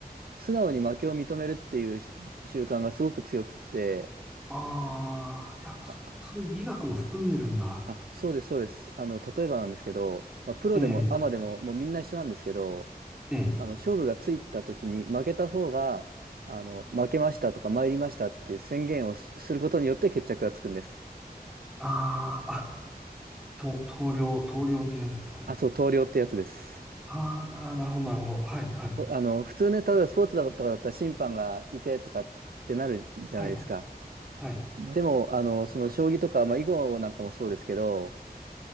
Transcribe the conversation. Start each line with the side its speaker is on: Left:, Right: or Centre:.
Right: 素直に負けを認めるっていうし習慣がすごく強くって、
Centre: ああ、やっぱそ、
Right: あ、
Centre: そういう美学も含んでるんだ。
Right: あ、そうです、そうです。あの、例えばなんですけど、まあ、プロでもアマでも、
Centre: ええ、
Right: もうみんな一緒なんですけど、
Centre: ええ。
Right: あの、勝負がついた時に負けた方が、あの、負けましたとか参りましたっていう宣言をすすることによって決着がつくんです。
Centre: ああ、あ、と、棟梁、棟梁ってやつですかね。
Right: あ、そう、投了ってやつです。
Centre: あーあー、なるほど、なるほど。はい、はい、
Right: こあの、普通ね、例えばスポーツだとかだったら審判がいてとかってなるじゃないですか。
Centre: はい、はい。
Right: でも、あの、その将棋とか、まあ、囲碁なんかもそうですけど、